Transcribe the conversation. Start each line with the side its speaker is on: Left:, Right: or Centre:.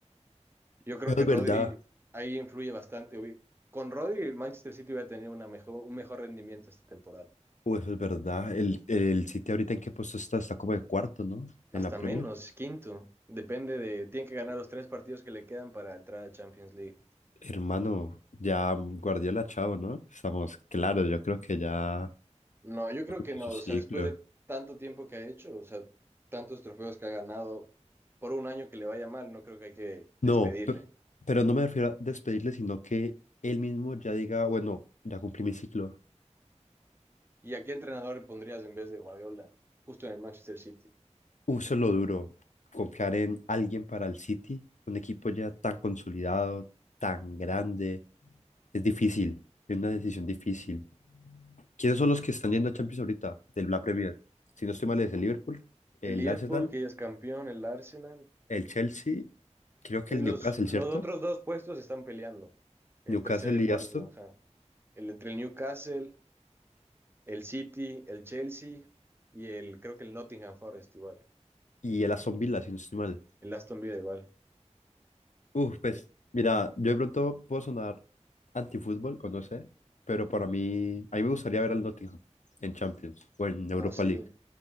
Right: Yo creo
Left: Eso
Right: que
Left: es
Right: Rodri
Left: verdad.
Right: ahí influye bastante. güey. Con Rodri, el Manchester City hubiera tenido una mejor, un mejor rendimiento esta temporada.
Left: Uy, eso es verdad. El, el City ahorita en qué puesto está, está como de cuarto, ¿no?
Right: Hasta
Left: En la Premier.
Right: menos, quinto. Depende de. Tiene que ganar los tres partidos que le quedan para entrar a Champions League.
Left: Hermano, ya Guardiola, chao, ¿no? Estamos, claro, yo creo que ya
Right: No, yo creo
Left: cumplió
Right: que no.
Left: su
Right: O
Left: ciclo.
Right: sea, después de tanto tiempo que ha hecho, o sea, tantos trofeos que ha ganado, por un año que le vaya mal, no creo que hay que despedirle.
Left: No, pe- pero no me refiero a despedirle, sino que él mismo ya diga, bueno, ya cumplí mi ciclo.
Right: ¿Y a qué entrenador le pondrías en vez de Guardiola? Justo en el Manchester City.
Left: Uso lo duro, confiar en alguien para el City, un equipo ya tan consolidado, tan grande, es difícil, es una decisión difícil. ¿Quiénes son los que están yendo a Champions ahorita del la Premier? Si no estoy mal, es el Liverpool,
Right: El
Left: el
Right: Liverpool,
Left: Arsenal,
Right: que ya es campeón, el Arsenal.
Left: el Chelsea, creo que
Right: eh,
Left: el
Right: Los,
Left: Newcastle,
Right: los
Left: ¿cierto?
Right: otros dos puestos están peleando. El
Left: Newcastle
Right: tercero y el
Left: y
Right: cuarto,
Left: Aston,
Right: ajá. El entre el Newcastle, el City, el Chelsea y el, creo que el Nottingham Forest igual.
Left: y el Aston Villa, si no estoy mal.
Right: El Aston Villa igual.
Left: Uf, pues,
Right: Es-
Left: mira, yo de pronto puedo sonar antifútbol, o no sé, pero para mí, a mí me gustaría ver al Nottingham en Champions o en
Right: No,
Left: Europa
Right: sí.
Left: League.